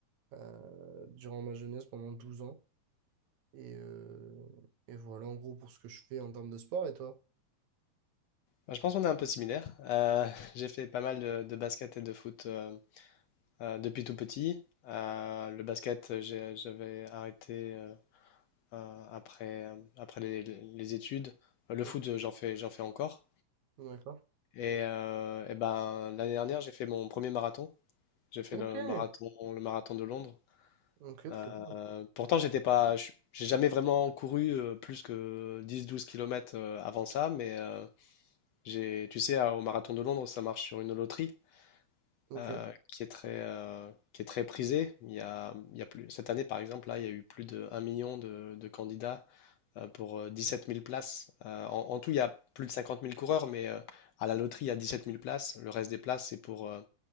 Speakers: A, on the right; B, on the left.
A: euh, durant ma jeunesse, pendant 12 ans. Et, euh, et voilà en gros pour ce que je fais en termes de sport. Et toi?
B: Bah, je pense qu'on est un peu similaires. Euh, <laughs> j'ai fait pas mal de, de basket et de foot euh, euh, depuis tout petit. Euh, le basket, j'ai- j'avais arrêté euh, euh, après, euh, après les, les- les études. Euh, Le
A: Hum,
B: foot, j'en fais, j'en fais encore.
A: D'accord.
B: Et, euh, eh ben, l'année dernière, j'ai fait mon premier marathon. J'ai fait
A: Ok.
B: le marathon, le marathon de Londres.
A: Ok, trop
B: Euh,
A: bien.
B: pourtant, j'étais pas, je- j'ai jamais vraiment couru euh, plus que 10-12 km avant ça, mais euh, j'ai, tu sais, à- au marathon de Londres, ça marche sur une loterie
A: Ok.
B: euh, qui est très, euh, qui est très prisée. Il y a, il y a plus, cette année, par exemple, là, il y a eu plus de un million de, de candidats euh, pour euh, 17 000 places. Euh, en, en tout, il y a plus de 50 000 coureurs, mais euh, à la loterie, il y a 17 000 places. Le reste des places, c'est pour, euh,